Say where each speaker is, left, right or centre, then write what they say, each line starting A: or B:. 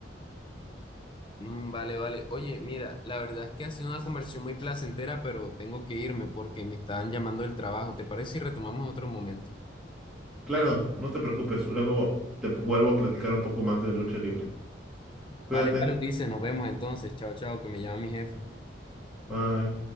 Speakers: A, on the left; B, in the centre.
A: Mm, vale, vale. Oye, mira, la verdad es que ha sido una conversión muy placentera, pero tengo que irme porque me están llamando del trabajo. ¿Te parece si retomamos en otro momento?
B: Claro, no te preocupes, luego te vuelvo a platicar un poco más de lucha libre. Cuídate,
A: Vale, vale, Ulises, nos vemos entonces. Chao, chao, que me llama mi jefe.
B: bye.